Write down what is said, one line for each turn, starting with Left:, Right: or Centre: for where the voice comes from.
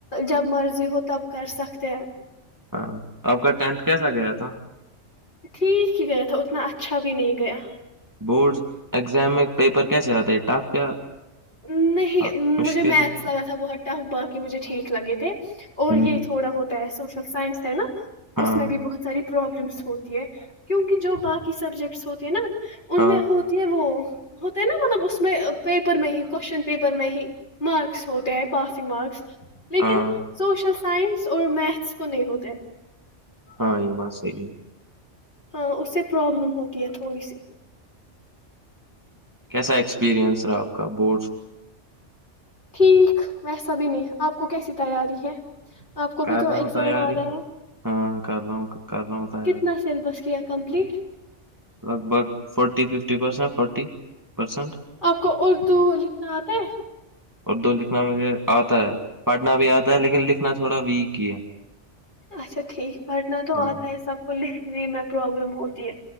Left: جب مرضی ہو تب کر سکتے ہیں
Right: ہاں آپ کا ٹینتھ کیسا گیا تھا
Left: ٹھیک ہی گیا تھا اتنا اچھا بھی نہیں گیا
Right: بورڈ اگزام میں پیپر کیسے آتے ہے ٹف کیا
Left: نہیں
Right: ہاں مشکل
Left: مجھے میتھس
Right: ہی ہے یار۔
Left: لگا تھا بہت ٹف باقی مجھے ٹھیک لگے تھے اور
Right: ہوں
Left: یہ تھوڑا ہوتا ہے سو س سائنس ہے ن
Right: ہاں
Left: اس میں بھی بہت ساری پرابلمس ہوتی ہے کیونکہ جو باقی سبجیکٹس ہوتے ہیں نا ان
Right: ہاں
Left: میں ہوتی ہے وہ ہوتا ہے نا مطلب اس میں پیپر میں ہی کوشچن پیپر میں ہی مارکس ہوتے ہیں پاسنگ مارکس لیکن
Right: ہاں
Left: سوش سائنس اور میتھس کو نہیں ہوتے
Right: ہاں یہ بات صحی ہے
Left: ہاں اس سے پروابلم ہوتی ہے تھوڑی سی
Right: کیسا ایکسپیریئنس رہا آپ کا بورڈ
Left: ٹھیک ویسا بھی نہیں آپ کو کیسی تیاری ہے آپ کو
Right: کر
Left: بھی تو
Right: رہا
Left: ایگزام
Right: ہوں تیاری
Left: آ رہے ہیں
Right: ہاں کر رہا ہوں کر رہا ہوں تیاری
Left: کتنا سلیبس کیا کمپلیٹ
Right: لگ بھگ forty fifty percent forty percent
Left: آپ کو اردو لکھنا آتا ہے
Right: اردو لکھنا مجھے آتا ہے پڑھنا بھی آتا ہے لیکن لکھنا تھوڑا ویک ہی ہے
Left: اچھا ٹھیک پڑھنا تو
Right: ہاں
Left: آتا ہے سب کو ل میں پروابلم ہوتی ہے